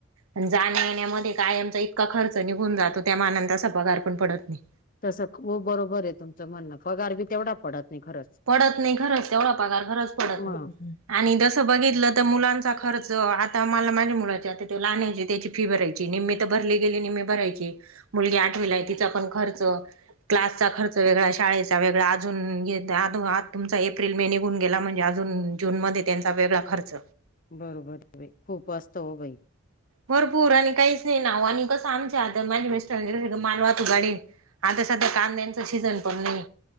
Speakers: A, on the right (about 80°); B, on the left (about 40°).
A: अन जाण्या येण्यामध्ये काय आमचा इतका खर्च निघून जातो त्या मानानं तसा पगार पण पडत नई
B: तसं खुप बरोबर आहे तुमचं म्हणणं पगार बी तेवढा पडत नई खरंच्-
A: पडत नाही खरंच तेवढा पगार खरंच पडत
B: मग
A: नाही आणि तसं बघितलं त मुलांचा खर्च आता मला माझ्या मुलाचे आता ते लाहानण्याची त्याची फी भरायचीय ची निम्मी त भरली गेली निम्मी भरायची मुलगी आठवीला आहे तिचा पण खर्च क्लासचा खर्च वेगळा शाळेचा वेगळा अजून हे ते आदु आज तुमचा एप्रिल मे निघून गेला म्हणजे अजून जून मध्ये त्यांचा वेगळा खर्च
B: बरोबर बाई खुप असतं हो बाई
A: भरपूर आणि काईच नाही ना व आणि कसं आमच्या आता माझी मीस्टरांची कशी ग मालवाहतूक गाडीय- आता सध्या कांद्यांचा सीजन पण नई